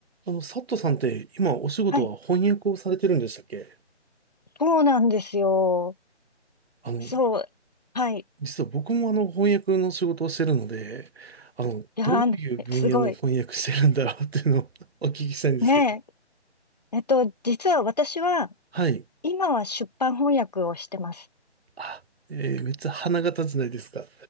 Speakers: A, on the right; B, on the left.
A: あの、佐藤さんって今お仕事は翻訳をされてるんでしたっけ
B: はい。そうなんですよ。
A: あの、
B: そう。はい。
A: 実は僕もあの翻訳の仕事をしてるので、あの、
B: いやー、
A: どういう分野の翻訳してるんだろうっていうのを
B: ねすごい。
A: <laughs> お聞きしたいんですけど。
B: ねえ。えっと、実は私は、
A: はい。
B: 今は出版翻訳をしてます。
A: あ、えーめっちゃ花形じゃないですか。